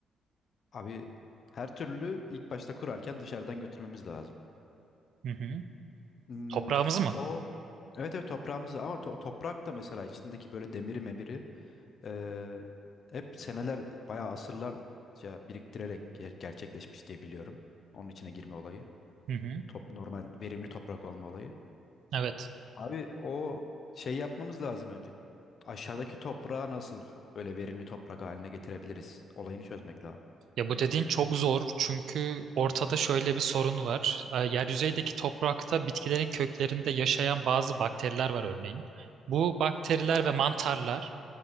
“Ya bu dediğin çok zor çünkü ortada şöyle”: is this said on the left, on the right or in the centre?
Right